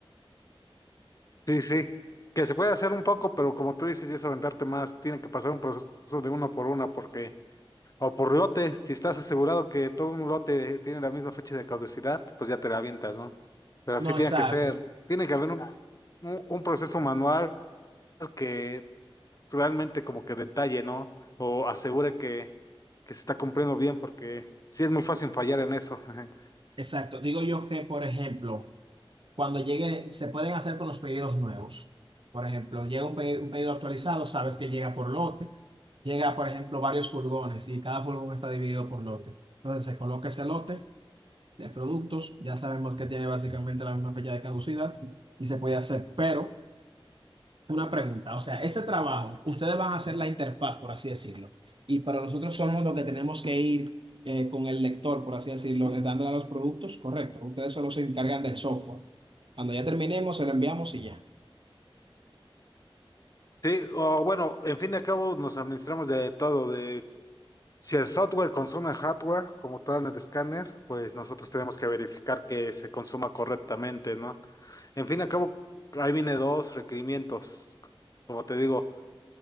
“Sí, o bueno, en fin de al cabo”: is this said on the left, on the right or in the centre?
Left